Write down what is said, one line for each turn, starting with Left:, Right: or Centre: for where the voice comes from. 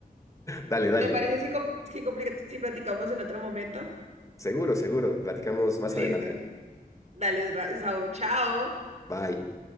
Left: Dale, dale.
Right: ¿Te parece si, com- si, complica- si platicamos en otro momento?
Left: Seguro, seguro. Platicamos más
Right: Listo.
Left: adelante.
Right: Dale, Ra- Saúl, chao.
Left: Bye.